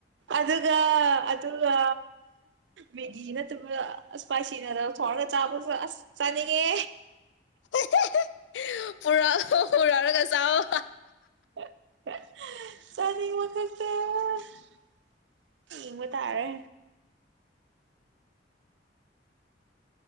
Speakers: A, on the right; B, on the left.
A: ꯑꯗꯨꯒ ꯑꯗꯨꯒ ꯃꯦꯒꯤ ꯅꯠꯇꯕꯗ ꯏꯁꯄꯥꯏꯁꯤ ꯅꯨꯗꯜ ꯍꯧꯔꯒ ꯆꯥꯕꯁꯨ ꯑꯁ ꯆꯥꯅꯤꯡ ꯉꯦ
B: <inaudible> ꯄꯨꯔꯥ ꯑꯣ ꯍꯧꯔꯒ ꯆꯥꯎ <inaudible>
A: <inaudible> ꯆꯅꯤꯕ ꯈꯛꯇ <unintelligible> ꯌꯦꯡꯕ ꯇꯥꯔꯦ